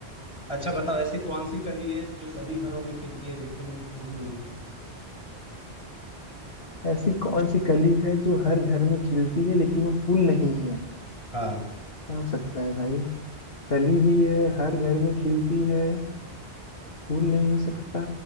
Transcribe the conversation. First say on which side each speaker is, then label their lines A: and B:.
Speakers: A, on the left (about 25°); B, on the left (about 60°).
A: अच्छा बताओ ऐसी कौन सी कली है जो सभी घरों में खिलती है लेकिन फूल नहीं
B: ऐसी कौन सी कली है जो हर घर में खिलती है लेकिन वो फूल नहीं है
A: हाँ
B: क्या हो सकता है भाई कली भी है हर घर में खिलती है फूल नहीं हो सकता